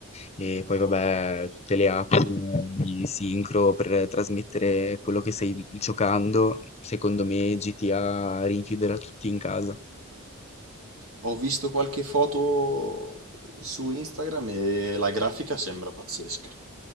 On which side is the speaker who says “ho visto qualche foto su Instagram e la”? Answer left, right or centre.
Right